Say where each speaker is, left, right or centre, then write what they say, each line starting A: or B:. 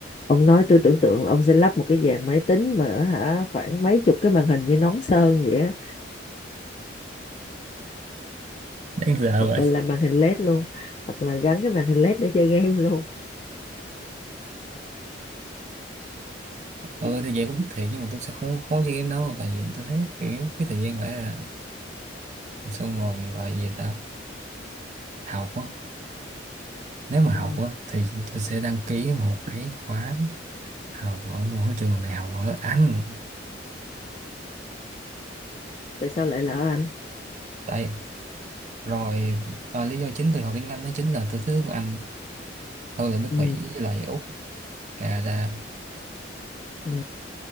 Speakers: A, on the left (about 35°); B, on the right (about 40°).
A: ông nói tôi tưởng tượng là ông sẽ lắp một cái dàn máy tính mà hả khoảng mấy chục cái màn hình như nón sơn vậy á
B: đáng sợ
A: hoặc
B: vậy
A: là làm màn hình LED luôn hoặc là gắn cái màn hình LED để chơi game luôn
B: ừ thì vậy cũng thích thiệt nhưng mà tôi sẽ không không chơi game đâu tại vì tôi thấy kiểu cái thời gian vậy là xong rồi gọi gì ta học á nếu mà
A: ừ.
B: học á thì tôi sẽ đăng ký một cái khóa học ở một cái trường đại học ở Anh
A: tại sao lại lỡ anh
B: tại rồi à, lý do chính tôi học tiếng Anh đó chính là tôi thích nước Anh hơn là nước
A: ừ.
B: Mỹ với lại Úc Canada
A: Ừ,